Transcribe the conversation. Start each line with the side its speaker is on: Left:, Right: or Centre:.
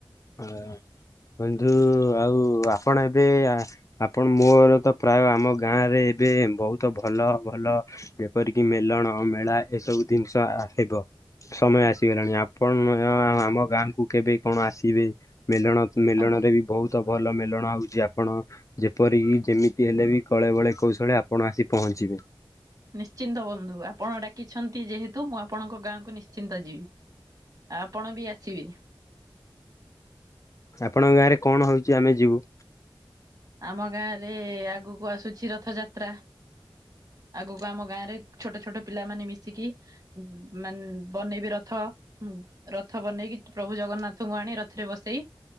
Left: ହୁଁ। ବନ୍ଧୁ ଆଉ ଆପଣ ଏବେ ଆପଣ ମୋର ତ ପ୍ରାୟ ଆମ ଗାଁ ରେ ଏବେ ବହୁତ ଭଲ ଭଲ ଯେପରିକି ମେଲଣ ମେଳା ଏସବୁ ଜିନିଷ ହେବ। ସମୟ ଆସିଗଲାଣି ଆପଣ ଆମ ଗାଁ କୁ କେବେ କଣ ଆସି ଥିବେ ମେଳଣ ମେଳଣରେ
Right: ଆଉ
Left: ବି ବହୁତ। ଭଲ ମେଲଣା ହଉଛି ଆପଣ ଯେପରିକି ଯେମିତି ହେଲେ ବି କଳେ ବଳେ କୌଶଳେ ଆପଣ ଆସି ପହଞ୍ଚି
Right: ନିଶ୍ଚିନ୍ତ ବନ୍ଧୁ ଆପଣ ଡାକିଛନ୍ତି ଯେହେତୁ ମୁଁ ଆପଣଙ୍କ ଗାଁକୁ ନିଶ୍ଚିନ୍ତ ଯିବି ଆ ଆପଣ ବି ଆସିବେ?
Left: ଆପଣଙ୍କ ଗାଁରେ କଣ ହଉଛି ଆମେ ଯିବୁ।
Right: ଆମ ଗାଁ ରେ ଆଗକୁ ଆସୁଛି ରଥଯାତ୍ରା। ଆଗକୁ ଆମ ଗାଁରେ ଛୋଟ ଛୋଟ ପିଲାମାନେ ମିଶିକି ମାନେ ବନେଇବେ ରଥ। ରଥ ବନେଇକି ପ୍ରଭୁ ଜଗନ୍ନାଥଙ୍କୁ ଆଣି ରଥରେ ବସେଇ